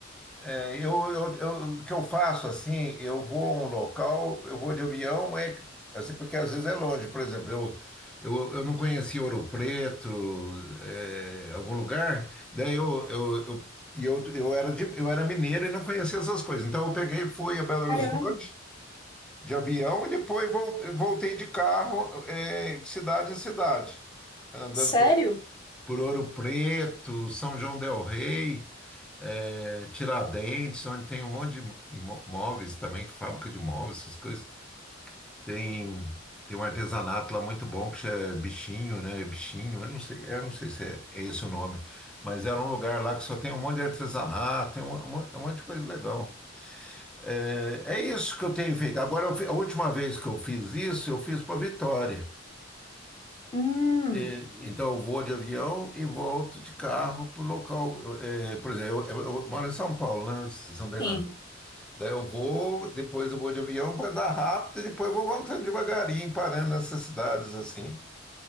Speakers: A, in the centre; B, on the left (about 25°).
A: É, Eu, eu, eu- o que eu faço assim, eu vou a um local, eu vou de avião, mas assim, porque às vezes é longe. Por exemplo, eu, eu, eu não conhecia Ouro Preto, é, algum lugar, daí eu, eu, eu, e eu, eu, era de- eu era mineiro e não conhecia essas coisas. Então eu peguei, e fui a Belo Horizonte
B: <laughs> Caramba,
A: de avião e depois vol- voltei de carro, é, de cidade em cidade, andando
B: sério?
A: por Ouro Preto, São João del Rei, eh, Tiradentes, onde tem um monte de imo- imóveis também, fábrica de imóveis, essas coisas. Tem, tem um artesanato lá muito bom que chama Bichinho, né? Bichinho, eu não sei, eu não sei se é, é esse o nome, mas era um lugar lá que só tem um monte de artesanato, tem um, um mon- um monte de coisa legal. Eh, É, isso que eu tenho feito. Agora, eu fi- a última vez que eu fiz isso, eu fiz para Vitória.
B: Hum,
A: E, então, eu vou de avião e volto de carro para o local. eh, por exemplo, eu, eu- eu moro em São Paulo, né? em São Bernardo.
B: sim.
A: Daí eu vou, depois eu vou de avião para andar rápido e depois eu vou voltando devagarinho, parando nessas cidades assim.